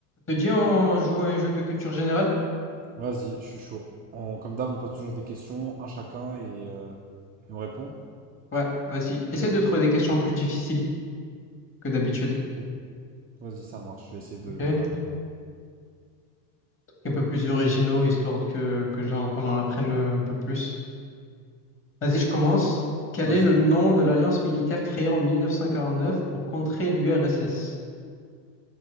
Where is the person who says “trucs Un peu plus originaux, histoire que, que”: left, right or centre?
Left